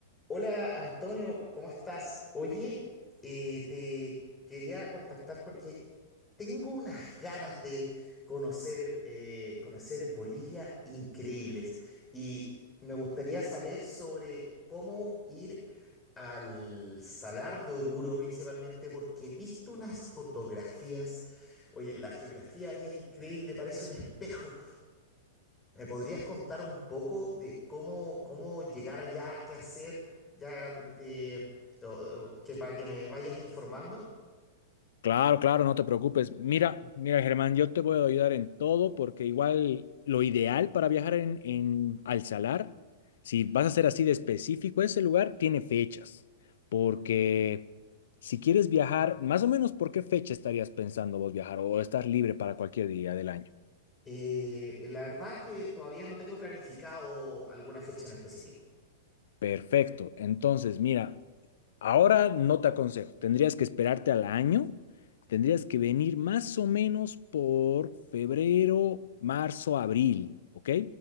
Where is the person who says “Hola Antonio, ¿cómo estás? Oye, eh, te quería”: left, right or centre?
Left